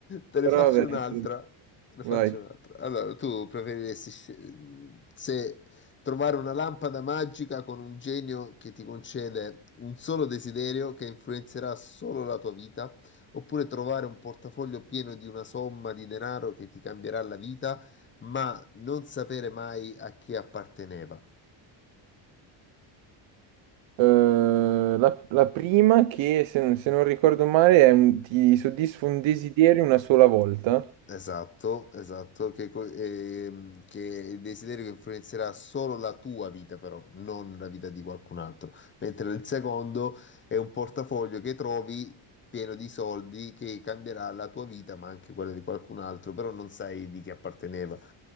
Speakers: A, on the left; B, on the right.
A: Te ne
B: Però
A: faccio
B: vabbè,
A: un'altra.
B: sì.
A: Te ne faccio
B: vai.
A: un'altra. Allora, tu preferiresti sce- se trovare una lampada magica con un genio che ti concede un solo desiderio che influenzerà solo la tua vita, oppure trovare un portafoglio pieno di una somma di denaro che ti cambierà la vita, ma non sapere mai a chi apparteneva?
B: Eh, la, la prima che, se, non se non ricordo male, è un- ti soddisfa un desiderio una sola volta.
A: Esatto, esatto, che, co- ehm, che il desiderio che influenzerà solo la tua vita, però, non la vita di qualcun altro. Mentre il secondo è un portafoglio che trovi pieno di soldi che cambierà la tua vita, ma anche quella di qualcun altro, però non sai di chi apparteneva.